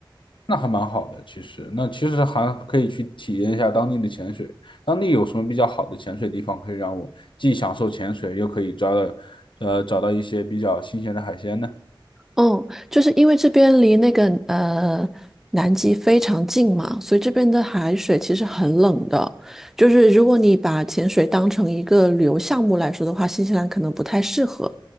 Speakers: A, on the left; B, in the centre.
A: 那还蛮好的，其实那其实还可以去体验一下当地的潜水。当地有什么比较好的潜水地方，可以让我既享受潜水，又可以抓到，呃，找到一些比较新鲜的海鲜呢？
B: 嗯，就是因为这边离那个呃南极非常近嘛，所以这边的海水其实很冷的。就是如果你把潜水当成一个旅游项目来说的话，新西兰可能不太适合，